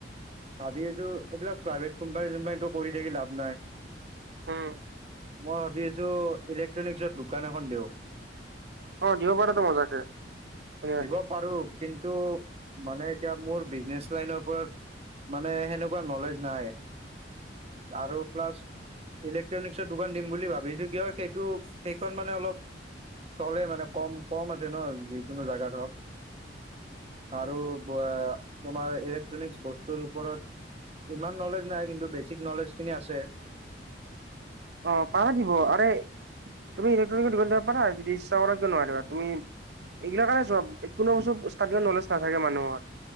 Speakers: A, on the right (about 35°); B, on the right (about 65°).
A: ভাবি আছো এইবিলাক প্ৰাইভেট কোম্পানী চোম্পানীটো কৰি থাকি লাভ নাই।
B: হম।
A: মই ভাবি আছো ইলেক্ট্ৰনিকছৰ দোকান এখন দিওঁ।
B: অ, দিব পাৰটো মজাকে ধুনীয়াকে।
A: দিব পাৰো কিন্তু মানে এতিয়া মোৰ বিজনেছ লাইনৰ ওপৰত মানে সেনেকুৱা নলেজ নাই। আৰু প্লাছ ইলেকট্ৰনিকছৰ দোকান দিম বুলি ভাবিছো কিয় সেইটো সেইখন মানে অলপ চলে মানে, কম- কম আছে ন যিকোনো জাগাত হ‌ওঁক। আৰু
B: উম
A: <unintelligible> তোমাৰ ইলেক্ট্ৰনিক বস্তুৰ ওপৰত ইমান নলেজ নাই কিন্তু বেচিক নলেজ খিনি আছে।
B: অ পাৰা দিব আৰে তুমি ইলেক্ট্ৰনিকৰ দোকান দিব পাৰা যদি ইচ্ছা কৰা কিয় নোৱাৰিবা তুমি। এইগিলাক কাৰণে চপ, কোনো বস্তু ষ্টাৰ টিঙত নলেজ নাথাকে মানুহৰ।